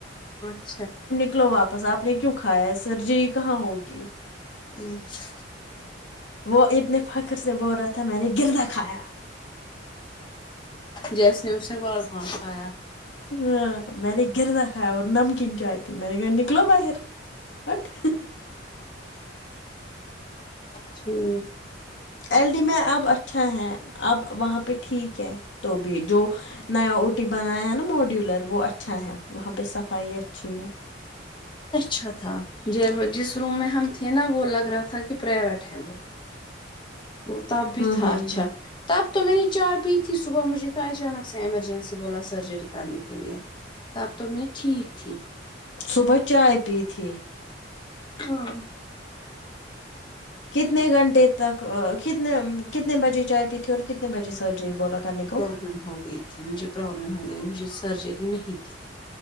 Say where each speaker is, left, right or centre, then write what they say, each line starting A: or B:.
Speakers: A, on the left; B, on the left.
A: اچھا
B: نکلو واپس آپ نے کیوں کھایا ہے سرجری کہاں ہوگی
A: ہوں <unintelligible>
B: وہ اتنے فخر سے بول رہا تھا میں نے گردا کھایا
A: جیسے اسنے وازوان کھایا
B: ہاں میں نے گردا کھایا اور نمکین چائے پی میں نے کھا نکلو باہر اٹھ
A: جھوٹ
B: ایل ڈی میں اب اچھا ہے اب وہاں پہ ٹھیک ہے تو بھی جو نیا او ٹی بنایا ہے نا موڈیولر وہ اچھا ہے وہاں پہ صفائی اچھی ہے
A: اچھا تھا جس روم میں ہم تھے نا وہ لگ رہا تھا کہ پرائیویٹ ہے وہ وہ تب بھی
B: ہوں
A: تھا
B: ہوں
A: اچھا
B: ہوں
A: تب تو میں نے چائے پی تھی صبح مجھے کھا اچانک سے ایمرجنسی بولا سرجری کرنے کے لیے تب تو میں ٹھیک تھی
B: صبح چائ پی تھی
A: ہاں
B: کتنے گھنٹے تک کتنے ہم کتنے بجے چائے پیتے اور کتنے بجے سرجری بول رکھا کرنے کو
A: نو ہوگئی مجھے پروبلم ہو گئی مجھے سرجری نہیں تھی